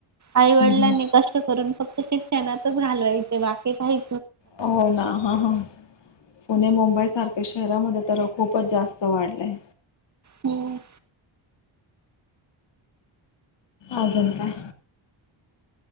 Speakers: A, on the right (about 35°); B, on the left (about 60°).
A: आईवडिलांनी
B: हम्म
A: कष्ट करून फक्त शिक्षणातच घालवायचे बाकीे काही
B: हो ना ह ह पुणे मुंबईसारख्या शहरामध्ये तर खूपच जास्त वाढलंय
A: हम्म
B: अजून काय